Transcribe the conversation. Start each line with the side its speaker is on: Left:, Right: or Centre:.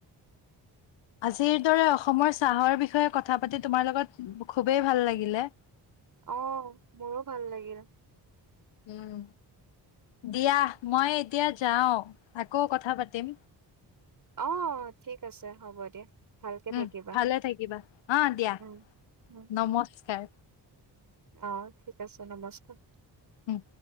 Left: আজিৰ দৰে অসমৰ চাহৰ বিষয়ে কথা পাতি তোমাৰ লগত খুবেই ভাল লাগিলে
Right: অ মোৰো ভাল লাগিল
Left: উম দিয়া মই এতিয়া যাও আকৌ কথা পাতিম
Right: অ ঠিক আছে হ'ব দিয়া ভালকে
Left: উম
Right: থাকিবা।
Left: ভালে থাকিবা অ দিয়া
Right: উম, উম।
Left: নমস্কাৰ
Right: অ ঠিক আছে নমস্কাৰ
Left: উম